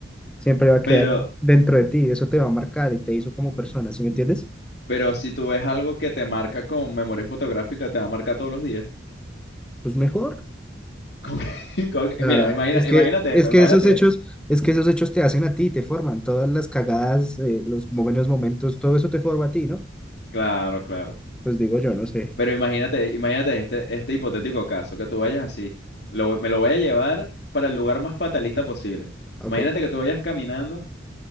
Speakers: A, in the centre; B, on the left (about 60°).
A: Siempre va a quedar
B: Pero,
A: dentro de ti, eso te va a marcar y te hizo como persona, ¿sí me entiendes?
B: pero si tú ves algo que te marca con memoria fotográfica, te va a marcar todos los días.
A: Pues mejor.
B: <laughs> Como que- como que-
A: ah
B: mira, imagina,
A: es
B: imagínate
A: que, es
B: esto,
A: que
B: imagínate
A: esos hechos,
B: esto.
A: es que esos hechos te hacen a ti, te forman, todas las cagadas, eh, los buenos momentos, todo eso te forma a ti, ¿no?
B: Claro, claro.
A: Pues digo yo, no sé.
B: Pero imagínate, imagínate este, este hipotético caso, que tú vayas así. Lo voy- me lo voy a llevar para el lugar más fatalista posible.
A: Ok,
B: Imagínate que tú vayas caminando,